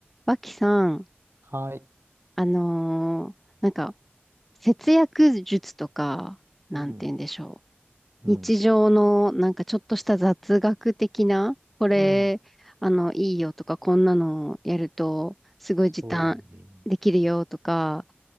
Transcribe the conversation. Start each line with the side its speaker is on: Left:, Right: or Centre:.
Centre: 脇さん、
Right: はい。
Centre: あのーなんか、節約術とか、なんて言うんでしょ
Right: うん。うん。
Centre: う。日常の、なんかちょっとした雑学的な、これ、
Right: うん。
Centre: あの、いいよとか、こんなのやると、すごい時短できるよとか、
Right: そうね。